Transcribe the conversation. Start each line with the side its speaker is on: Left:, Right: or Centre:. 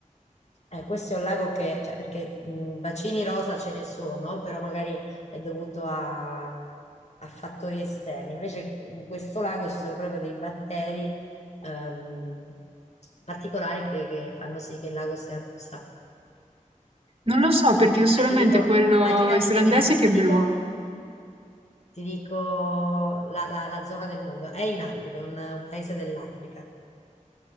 Left: eh, questo è un lago che, cioè, perché mh, bacini rosa ce ne sono, però magari è dovuto a, a fattori esterni. Invece in questo lago ci sono proprio dei batteri ehm, particolari che, che fanno sì che il lago sia rossa.
Right: Non lo so perché ho solamente
Left: Ah, ti dico,
Right: quello
Left: ah, tira
Right: islandese
Left: di indovinare,
Right: che
Left: ti
Right: è blu.
Left: dico Ti dico la, la- la zona del mondo. È in Africa, è un, un paese dell'Africa.